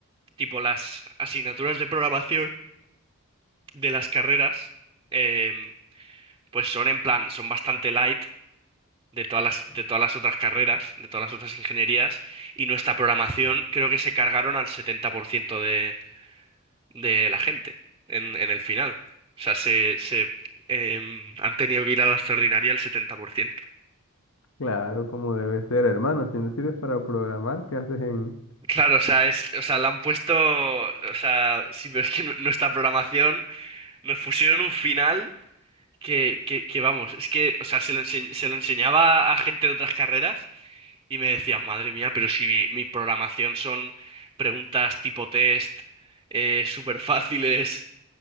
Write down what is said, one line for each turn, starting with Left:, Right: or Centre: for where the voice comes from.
Right: tipo, las asignaturas de programación de las carreras, em, pues son en plan, son bastante light de todas las, de todas las otras carreras, de todas las otras ingenierías, y nuestra programación creo que se cargaron al 70% de, de la gente en, en el final. O sea, se, se, em, han tenido que ir a la extraordinaria el 70%.
Left: Claro, como debe ser, hermano. Si no sirves para programar, ¿qué haces en...?
Right: Claro, o sea, es, o sea, la han puesto, o sea, sí, pero es que nu- nuestra programación nos pusieron un final que, que, que vamos, es que, o sea, se lo, ense- se lo enseñaba a gente de otras carreras Y me decías, madre mía, pero si mi, mi programación son preguntas tipo test, eh, súper fáciles,